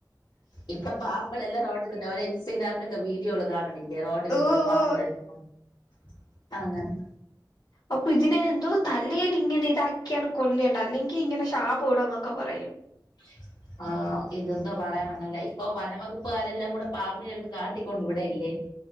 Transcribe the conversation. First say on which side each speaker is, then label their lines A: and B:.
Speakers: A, on the left; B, on the left.
A: ഇപ്പൊ പാമ്പളെല്ലാം റോട്ടി തന്നെ ഇൻസ്റ്റഗ്രാമിലൊക്കെ വീഡിയോകള് കാണ ഇല്ല റോഡുകളിലൂടെ
B: ഓ
A: പാമ്പഴെഞ്ഞ്
B: ഓ
A: <unintelligible> അങ്ങനെ
B: അപ്പൊ ഇതിനെ എന്തോ തലയിൽ ഇങ്ങനെ ഇതാക്കിയാണ് കൊല്ലേണ്ട അല്ലെങ്കി ഇങ്ങനെ ശാപം ഇടുന്നൊക്കെ പറയും
A: <inaudible> ആഹ് ഇതൊന്താ പറയാൻ വന്നല്ലേ ഇപ്പൊ വനവകുപ്പുകാരെല്ലാം കൂടെ പാമ്പിനെ എടുത്ത് കാട്ടിക്കൊണ്ട് വിടല്ലേ